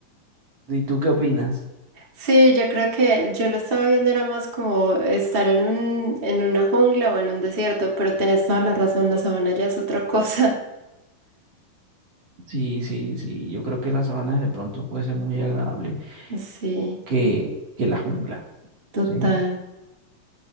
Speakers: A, on the right; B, on the right.
A: ¿Y tú qué opinas?
B: Sí, yo creo que yo lo estaba viendo era más como estar en un, en una jungla o en un desierto, pero tenés toda la razón, la sabana ya es otra cosa.
A: Sí, sí, sí. Yo creo que las sabanas de pronto puede ser muy agradable
B: <laughs> Sí,
A: que, que la jungla,
B: total.
A: ¿sí?